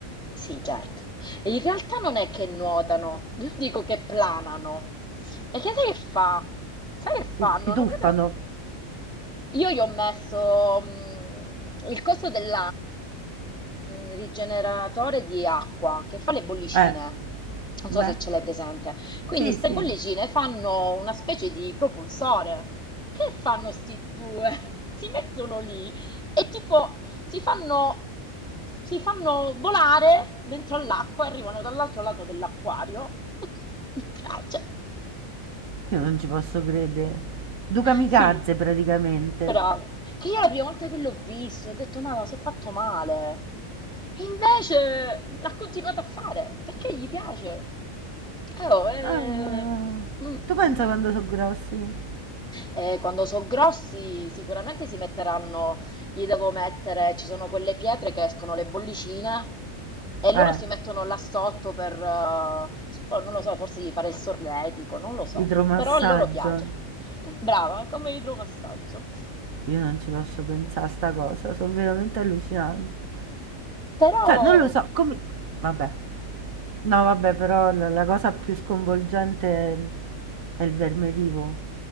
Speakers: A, in the centre; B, on the right.
A: Sì, certo. E in realtà non è che nuotano, io dico che planano. Perché sai che fa? Sai che fanno?
B: Si, si
A: Una
B: tuffano?
A: cosa... Io gli ho messo mm, il coso del rigeneratore di acqua che fa le bollicine.
B: Eh,
A: Non
B: beh,
A: so se ce l'hai presente. Quindi
B: sì,
A: ste
B: sì,
A: bollicine fanno una specie di propulsore. Che fanno sti due? <laughs> Si mettono lì e tipo si fanno, si fanno volare dentro all'acqua e arrivano dall'altro lato dell'acquario. <laughs> Mi piace.
B: io non ci posso credere. Due kamikaze
A: Sì,
B: praticamente.
A: bravo. Che io la prima volta che l'ho visto ho detto, ma si è fatto male. E invece l'ha continuato a fare perché gli piace. Eh, oh, eh,
B: Ah,
A: mm.
B: tu pensa quando sono grossi?
A: Eh, quando sono grossi sicuramente si metteranno, gli devo mettere, ci sono quelle pietre che escono le bollicine e loro
B: Eh,
A: si mettono là sotto per, eh, poi non lo so, forse gli fare il solletico, non lo so,
B: idromassaggio.
A: però a loro piace. Brava, come idromassaggio.
B: Io non ci posso pensare a sta cosa, sono veramente allucinante.
A: Però...
B: Cioè, non lo so, come... Vabbè. No, vabbè, però la, la cosa più sconvolgente è il, è il verme vivo.